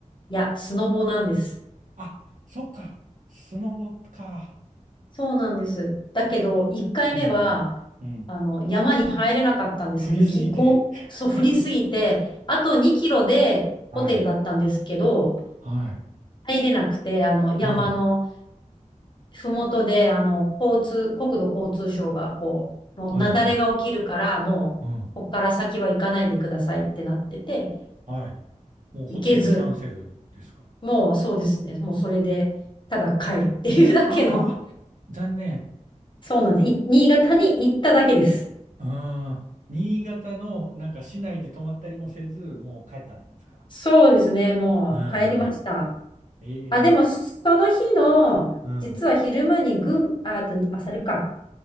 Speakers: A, on the left (about 35°); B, on the right (about 75°).
A: いや、スノボなんです。
B: あ、そっか。スノボか。
A: そうなんです。だけど、1回目は、
B: うんうん。うん。
A: あの、山に入れなかったんです。
B: 振りすぎて。
A: 雪、ご、そう、降りすぎて、
B: <laughs>
A: あと2キロでホテルだったんですけど、
B: はい。はい。
A: 入れなくて、あの、山の、
B: うん。
A: ふもとで、あの、交通、国土交通省が、こう、もう雪崩が起きるから、
B: はいはい。
A: もう、
B: うん。
A: ここから先は行かないでくださいってなってて、
B: はい。もうホテルキャンセルですか
A: 行けず、もうそうですね、もうそれで、ただ帰るっていうだけの、
B: ああー、残念。
A: そうなんです。い新潟に行っただけです。
B: ああ、新潟のなんか市内で泊まったりもせず、もう帰ったんですか。
A: そうですね、もう帰りました。
B: うんうん。ええ、
A: あ、でも、その日の、
B: うん、
A: 実は昼間に群、
B: うん、
A: あ、あと、あ、それか、